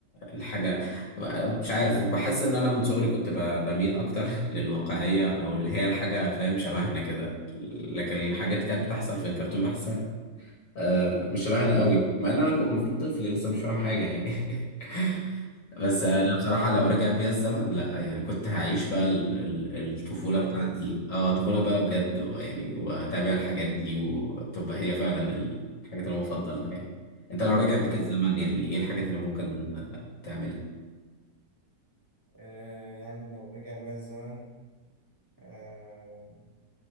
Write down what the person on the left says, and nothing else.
الحاجة مش عارف بحس ان انا من صغري كنت ب- بميل اكتر <laughs> للواقعية او اللي هي الحاجة فاهم شبهنا كده لكن الحاجات كانت بتحصل في الكرتون بحسها أه، مش شبهنا قوي مع ان انا كنت المفروض طفل لسه مش فاهم حاجة يعني <laughs> بس انا
بصراحه لو رجع بيا الزمن لا يعني كنت هعيش بقى ال- ال- الطفوله
بتاعتي
اه طفوله بقى بجد يعني واتابع الحاجات دي وتبقى هي فعلا ال- الحاجات اللي انا بفضلها يعني انت لو رجع بيك
الزمن يعني ايه الحاجات اللي ممكن آه، تعملها